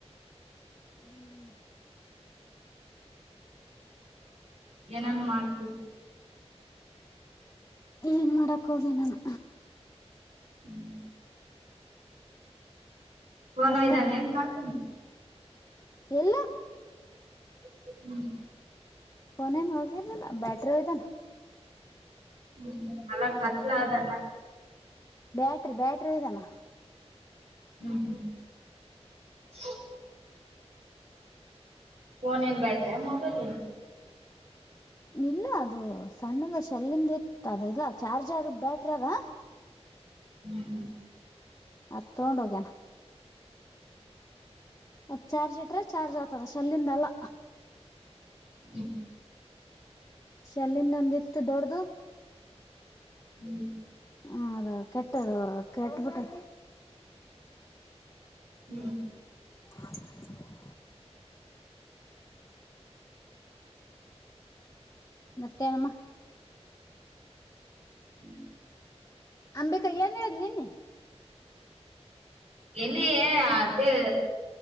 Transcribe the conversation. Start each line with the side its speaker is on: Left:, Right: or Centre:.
Left: <inaudible>
Right: ಏನನ್ ಮಾಡ್ತ.
Left: ಏನು ಮಾಡೋಕ್ಕ ಹೋಗಿ ಏನು.
Right: <inaudible> ಫೋನ್
Left: ಮತ್ತೆ
Right: ವೈದಾನೇನು ಕಾಕಿ.
Left: ಇಲ್ಲ.
Right: <inaudible>
Left: ಫೋನೇನ್ ಹೋಗಿಲ್ಲ ಬ್ಯಾಟರಿ ವೈದನಾ.
Right: ಹ್ಮ್ ಹ್ಮ್ ಅಲ್ಲ ಕತ್ಲ ಅದಲ್ಲ.
Left: Battery battery ವೈದನಾ.
Right: <inaudible> ಫೋನ್ ನಿನ್ ಬ್ಯಾಟ್ರೆ ಮೊಬೈಲ್ ನಿನ್.
Left: ಇಲ್ಲ ಅದು ಸಣ್ಣದ ಶೆಲ್ಲಿಂದ ಇತ್ತು ಅದ ಇಲ್ಲ ಚಾರ್ಜರ್ ಬ್ಯಾಟ್ರಿ ಅದ.
Right: <inaudible>
Left: ಅದು ತೊಗೊಂಡು ಹೋಗ್ಯಾನ. ಅದ ಚಾರ್ಜ್ ಇಟ್ರೆ ಚಾರ್ಜ್ ಆಗ್ತದ ಶಲ್ಲಿಂದಲ್ಲ.
Right: <inaudible>
Left: ಶಲ್ಲಿಂದ ಅಂದ ಇತ್ತು ದೊಡ್ಡ್ದ.
Right: ಹ್ಮ
Left: ಹ್ಮ ಅದು ಕೆಟ್ಟದು ಕೆಟ್ಟಬಿಟ್ಟದ.
Right: ಹ್ಮ್
Left: <unintelligible> ಮತ್ತೇನಮ್ಮ,
Right: ಹ್ಮ್
Left: ಅಂಬಿಕಾ ಏನು ಹೇಳಿದ್ಲು ನಿನ್ನೆ.
Right: ನಿನ್ನೆ ಅದೇ